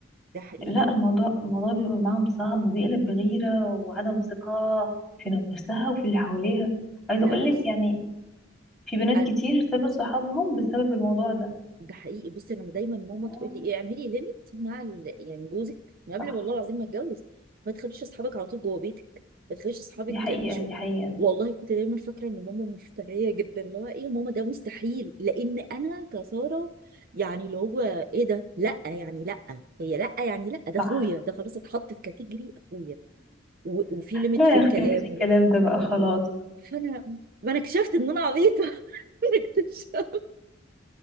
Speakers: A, on the right (about 50°); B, in the centre.
A: ده حقيقي
B: لا الموضوع الموضوع بيبقى معاهم صعب وبيقلب بغيره وعدم ثقه في نفسها وفي اللي حواليها عايزه
A: لا
B: اقول
A: بص
B: لك يعني في بنات
A: أنا-
B: كتير سابت صحابهم بسبب الموضوع ده
A: ده حقيقي بصي انا دايما ماما
B: آه،
A: تقول لي ايه اعملي ليميت مع ال... يعني جوزك من قبل
B: صح
A: والله العظيم ما اتجوز ما تخليش اصحابك على طول جوه بيتك ما تخليش اصحابك
B: دي حقيقه
A: بيشو
B: دي حقيقه
A: والله كنت دايما فاكره ان ماما مفتريه جدا اللي هو ايه يا ماما ده مستحيل لان انا كساره يعني اللي هو ايه ده لا يعني لا هي لا يعني لا ده
B: صح
A: اخويا ده خلاص اتحط في كاتيجري اخويا و... وفي ليميت
B: لا
A: في
B: يا
A: الكلام
B: اختي مفيش الكلام
A: ولم...
B: ده بقى خلاص
A: و... فانا ما انا اكتشفت ان انا عبيطه <laughs> انا اكتشفت